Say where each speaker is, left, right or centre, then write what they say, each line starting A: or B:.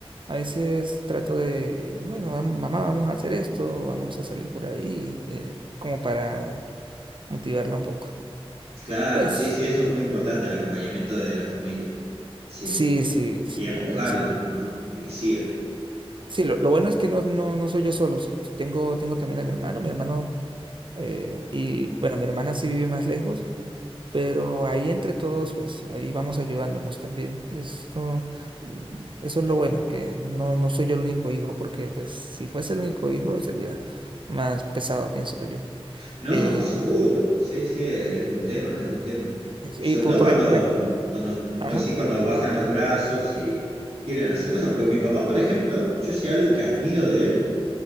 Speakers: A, on the right; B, on the right.
A: a veces trato de, bueno, vam- mamá, vamos a hacer esto, vamos a salir por ahí, eh, como para motivarla un poco.
B: claro,
A: Pues
B: sí, sí, eso es muy importante, el acompañamiento de la familia, sí,
A: sí, sí, sí,
B: y empujarla,
A: la verdad
B: ¿no? Que, que siga.
A: Sí, lo, lo bueno es que no, no, no soy yo solo, sí, Tengo, tengo también a mi hermano, mi hermano, eh, y bueno, mi hermana sí vive más lejos, pero ahí entre todos, pues ahí vamos ayudándonos también. Eso, mm, eso es lo bueno, que no, no soy yo el único hijo, porque pues, si fuese el único hijo sería más pesado, pienso yo.
B: No,
A: Eh,
B: seguro, sí, sí, es, es un tema, es un tema. Y
A: y
B: Sobre
A: por,
B: todo
A: por
B: cuando,
A: ejemplo, me-
B: cuando, como
A: ajá,
B: vos decís, cuando bajan los brazos y quieren hacer cosas, porque mi papá, por ejemplo, yo sé algo que admiro de él,